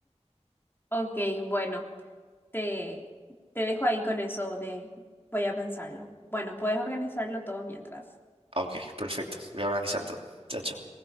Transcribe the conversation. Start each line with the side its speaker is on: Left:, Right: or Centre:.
Left: Ok, bueno, te, te dejo ahí con eso de voy a pensarlo. Bueno, puedes organizarlo todo mientras.
Right: Ok, perfecto. Voy a organizar todo. Chao, chao.